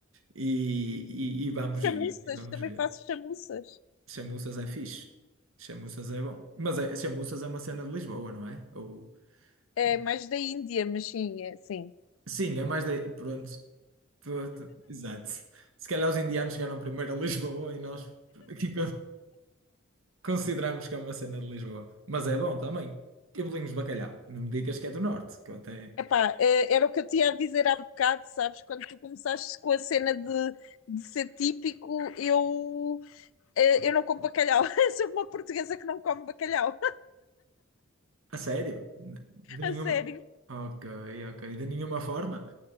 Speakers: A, on the right; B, on the left.
A: E, e, e vamos
B: Chamuças,
A: ver, e vamos
B: também
A: ver.
B: faço chamuças.
A: Chamuças é fixe, chamuças é bom. Mas é, chamuças é uma cena de Lisboa, não é? Ou,
B: É
A: ou-
B: mais da Índia, mas sim, é, sim.
A: Sim, é mais de. Pronto. Tô- tô- Exato. Se calhar os indianos chegaram primeiro a Lisboa e nós. aqui. Consideramos que é uma cena de Lisboa. Mas é bom também. E bolinhos de bacalhau. Não me digas que é do norte, que eu até.
B: Epá, eh, era o que eu tinha a dizer há bocado, sabes? Quando tu começaste com a cena de, de ser típico, eu, eh, eu não como bacalhau. <laughs> Sou uma portuguesa que não come bacalhau,
A: A sério? De
B: <laughs> a
A: nenhuma.
B: sério.
A: Ok, ok. De nenhuma forma?